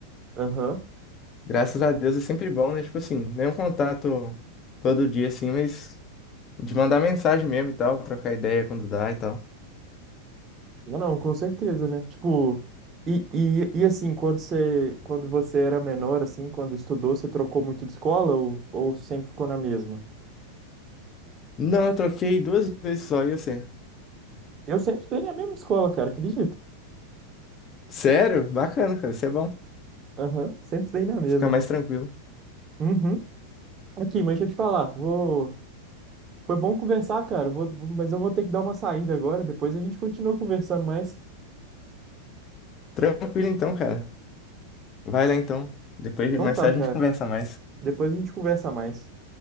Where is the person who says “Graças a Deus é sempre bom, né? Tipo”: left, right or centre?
Left